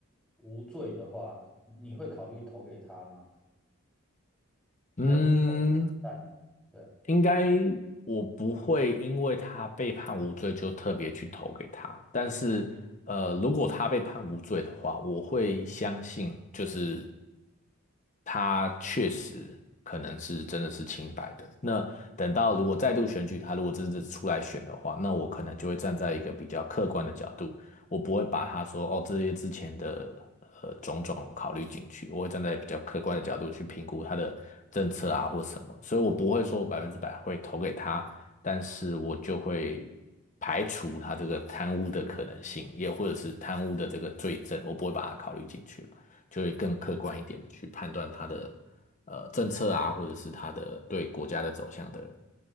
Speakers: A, in the centre; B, on the left.
A: 无罪的话，你会考虑投给他吗？
B: 嗯，
A: 在之后的选战，对啊，
B: 应该我不会因为他被判无罪就特别去投给他，但是呃，如果他被判无罪的话，我会相信就是他确实可能是真的是清白的。那等到如果再度选举他，如果真的出来选的话，那我可能就会站在一个比较客观的角度，我不会把他说哦这些之前的。考虑进去，我会站在比较客观的角度去评估他的政策啊或什么，所以我不会说我百分之百会投给他，但是我就会排除他这个贪污的可能性，也或者是贪污的这个罪证，我不会把它考虑进去了，就会更客观一点的去判断他的呃政策啊，或者是他的对国家的走向的